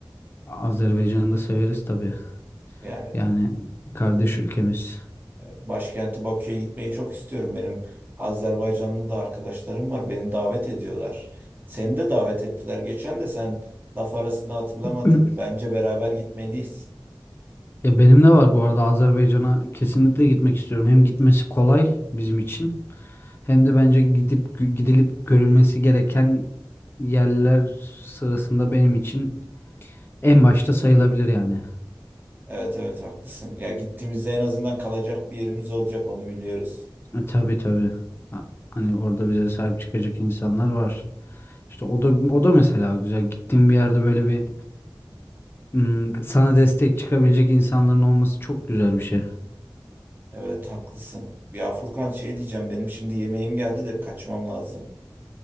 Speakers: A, on the left; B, on the right.
A: Azerbaycan'ı da severiz tabii.
B: Yani
A: Yani kardeş ülkemiz.
B: e, başkenti Bakü'ye gitmeyi çok istiyorum. Benim Azerbaycanlı da arkadaşlarım var. Beni davet ediyorlar. Seni de davet ettiler. Geçen de sen laf arasında hatırlamadın.
A: <clears throat>
B: Bence beraber gitmeliyiz.
A: Ya benim de var bu arada Azerbaycan'a kesinlikle gitmek istiyorum. Hem gitmesi kolay bizim için hem de bence gidip gidilip görülmesi gereken yerler sırasında benim için En başta sayılabilir yani.
B: Evet evet haklısın. Ya gittiğimizde en azından kalacak bir yerimiz olacak onu biliyoruz.
A: E, Tabii tabii. Ha- Hani orada bize sahip çıkacak insanlar var. İşte o da o da mesela güzel. Gittiğim bir yerde böyle bir ım, sana destek çıkabilecek insanların olması çok güzel bir şey.
B: Evet haklısın. Ya Furkan şey diyeceğim benim şimdi yemeğim geldi de kaçmam lazım.